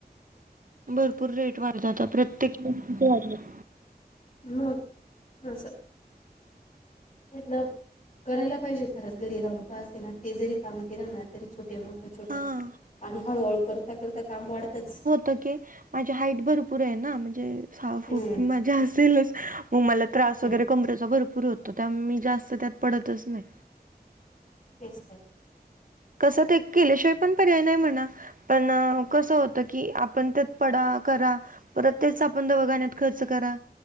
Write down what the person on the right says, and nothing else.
भरपूर रेट वाढतं आता प्रत्येक. <unintelligible>
हा
तो की, माझी हाईट भरपूर आहे ना म्हणजे सहा फूट
मंजे असेलच. मग मला त्रास
वगैरे कमरेचा भरपूर होतो, त्यामुळं मी जास्त त्यात पडतच नाही.
कसं ते केल्याशिवाय पण पर्याय नाही म्हणा, पण कसं होतं की, आपण त्यात पडा, करा. परत तेच आपण दवाखान्यात खर्च करा,